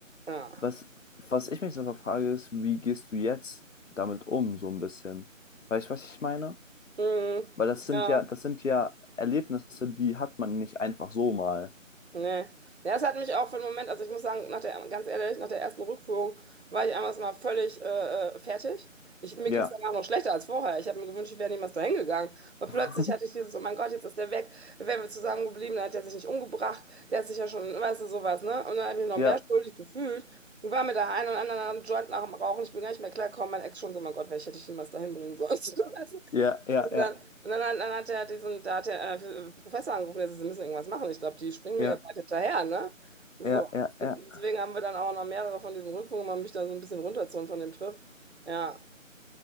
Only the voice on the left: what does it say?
Was, was ich mich so frage, ist, wie gehst du jetzt damit um, so ein bisschen? Weißt du, was ich meine?
Weil das sind
ja, das sind ja Erlebnisse, die hat man nicht einfach so mal.
Ja,
<laughs>
ja,
ja, ja,
ja,
ja,
ja, ja,
ja, ja.